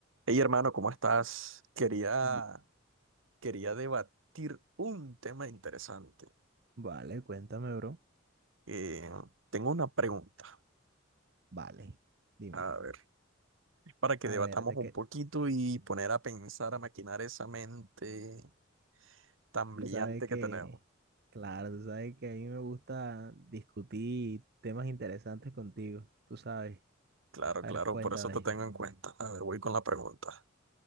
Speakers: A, on the right; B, on the right.
A: Hey hermano, ¿cómo estás? Quería,
B: B-
A: quería debatir un tema interesante.
B: Vale, cuéntame, bro.
A: Eh, tengo una pregunta,
B: Vale, dime.
A: a ver, para que
B: A
A: debatamos
B: ver, de
A: un
B: que
A: poquito y poner a pensar, a maquinar esa mente tan
B: tú
A: brillante
B: sabes que,
A: que tenemos.
B: claro, tú sabes que a mí me gusta discutir temas interesantes contigo, tú sabes.
A: Claro,
B: A
A: claro,
B: ver, cuéntame.
A: por eso te tengo en cuenta. A ver, voy con la pregunta.